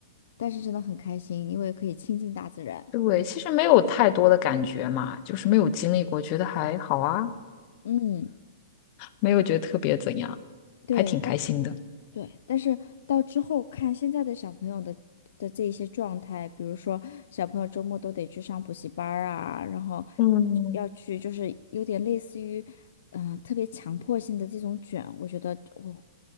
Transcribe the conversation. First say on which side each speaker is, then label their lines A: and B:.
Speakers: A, on the left (about 65°); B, on the left (about 35°).
A: 但是真的很开心，因为可以亲近大自然。
B: 对，其实没有太多的感觉嘛，就是没有经历过，觉得还好啊，
A: 嗯，
B: 没有觉得特别怎样，
A: 对。
B: 还挺开心的。
A: 对，但是到之后看现在的小朋友的的这一些状态，比如说小朋友周末都得去上补习班儿啊，然后
B: 嗯，
A: 要去就是有点类似于，呃，特别强迫性的这种卷，我觉得我、